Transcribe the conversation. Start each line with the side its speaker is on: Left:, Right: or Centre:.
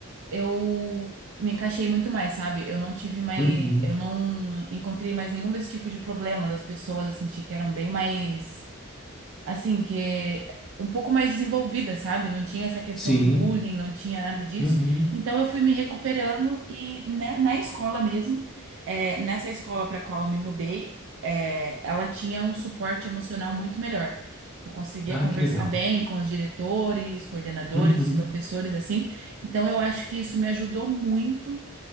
Right: eu me encaixei muito mais, sabe? Eu não tive mais,
Centre: Uhum.
Right: eu não encontrei mais nenhum desse tipo de problema das pessoas, eu senti que eram bem mais assim, que é um pouco mais desenvolvida, sabe? Não tinha essa questão
Centre: Sim.
Right: do bullying, não tinha nada disso.
Centre: Uhum.
Right: Então eu fui me recuperando e né, na escola mesmo, é, nessa escola para qual eu me mudei, é, ela tinha um suporte emocional muito melhor. Eu conseguia
Centre: Ah,
Right: conversar
Centre: que legal.
Right: bem com os diretores, coordenadores,
Centre: Uhum.
Right: os professores, assim. Então eu acho que isso me ajudou muito